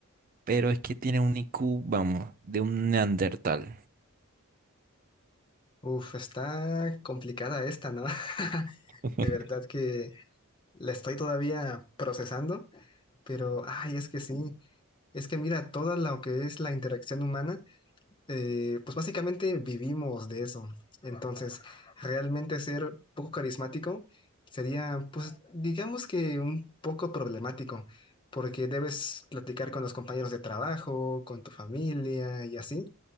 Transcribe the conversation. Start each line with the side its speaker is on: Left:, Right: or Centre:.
Right: pero es que tiene un IQ, vamos, de un neandertal.
Left: Uf, está complicada esta, ¿no? <laughs>
Right: <laughs>
Left: De verdad que la estoy todavía procesando. Pero, ay, es que sí, es que mira, toda lo que es la interacción humana, eh, pues básicamente vivimos de eso. Entonces, realmente ser poco carismático sería, pues, digamos que un poco problemático, porque debes platicar con los compañeros de trabajo, con tu familia y así.